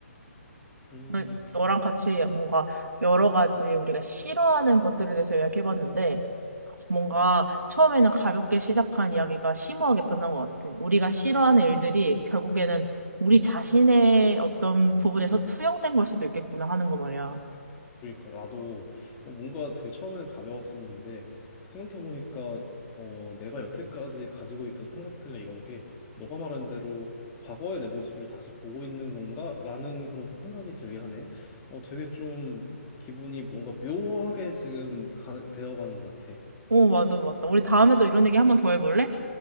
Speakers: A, on the left; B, on the right.
A: 음.
B: 너- 너랑 같이 뭔가 여러 가지 우리가 싫어하는 것들에 대해서 이야기해봤는데 뭔가 처음에는 가볍게 시작한 이야기가 심오하게 끝난 것 같아. 우리가 싫어하는 일들이 결국에는 우리 자신의 어떤 부분에서 투영된 걸 수도 있겠구나 하는 거 말이야.
A: 그러니까 나도 어, 뭔가 되게 처음에는 가벼웠었는데 생각해보니까 어, 내가 여태까지 가지고 있던 생각들이나 이런 게 너가 말한 대로 과거의 내 모습을 다시 보고 있는 건가? 라는 그런 생각이 들게 하네. 어, 되게 좀 기분이 뭔가 묘하게 지금 가, 되어가는 것 같아.
B: 오, 맞아, 맞아. 우리 다음에 또 이런 얘기 한번 더 해볼래?